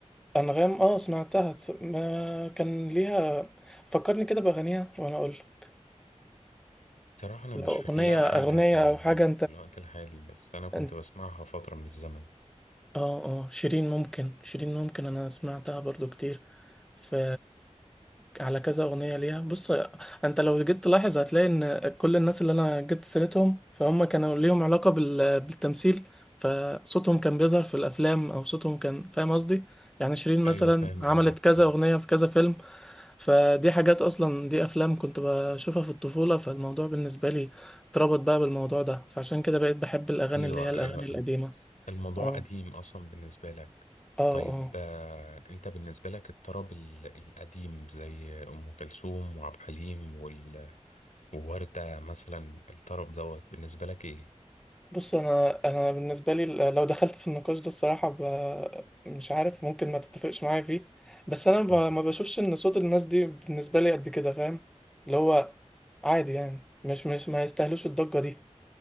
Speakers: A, in the centre; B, on the left.
A: انغام اه سمعتها ما كان ليها فكرني كده باغانيها وانا اقول لك.
B: بصراحة انا
A: لو
B: مش
A: اغنيه
B: فاكر لها حاجة
A: اغنيه
B: في ال-
A: او حاجه
B: في الوقت الحالي بس انا كنت
A: انت
B: بسمعها فترة من الزمن
A: اه اه شيرين ممكن شيرين ممكن انا سمعتها برضو كتير ف على كذا اغنيه ليها بص انت لو جيت تلاحظ هتلاقي ان كل الناس اللي انا جبت سيرتهم فهم كانوا ليهم علاقه بال... بالتمثيل فصوتهم كان بيظهر في الافلام او صوتهم كان فاهم قصدي يعني شيرين مثلا
B: ايوه فاهم
A: عملت
B: قصدك
A: كذا
B: كويس
A: اغنيه في كذا فيلم فدي حاجات اصلا دي افلام كنت بشوفها في الطفوله فالموضوع بالنسبه لي اتربط بقى بالموضوع ده فعشان كده بقيت بحب الاغاني
B: ايوه
A: اللي هي الاغاني
B: ايوه
A: القديمه
B: الموضوع
A: اه
B: قديم اصلا بالنسبه لك
A: اه
B: طيب
A: اه
B: آه، انت بالنسبه لك الطرب ال- القديم زي ام كلثوم وعبد الحليم وال- ووردة مثلا الطرب دوت بالنسبه لك ايه
A: بص انا انا بالنسبه لي لو دخلت في النقاش ده الصراحه ب... مش عارف ممكن ما تتفقش معايا فيه بس انا ب...
B: مم.
A: ما بشوفش ان صوت الناس دي بالنسبه لي قد كده فاهم اللي هو عادي يعني مش مش ما يستاهلوش الضجه دي